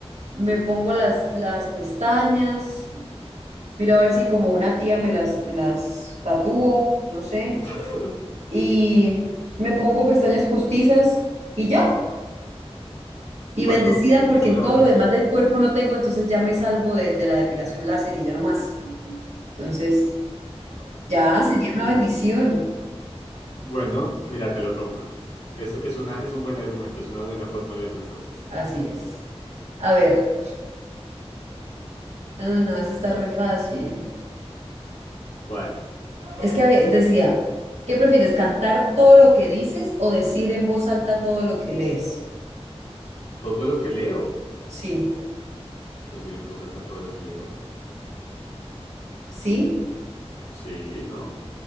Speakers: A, on the right; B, on the left.
A: me pongo las, las pestañas, miro a ver si como una tía me las, me las tatúo, no sé,
B: <laughs>
A: y me pongo pestañas postizas y ya. Y
B: Bueno,
A: bendecida porque
B: es una
A: en todo
B: buena
A: lo
B: opción.
A: demás del cuerpo no tengo, entonces ya me salvo de, de la depilación láser y ya no más. Entonces, ya sería una bendición.
B: Bueno, mira, te lo compro. Es, es una, es un buen argumento, es una buena forma de ver las cosas.
A: Así es. A ver, ah, no, eso está re fácil.
B: ¿Cuál?
A: Es que a ver, decía, ¿qué prefieres, cantar todo lo que dices o decir en voz alta todo lo que lees?
B: Todo lo que leo.
A: Sí,
B: Decir en voz alta todo lo que leo.
A: sí,
B: Sí, ¿no?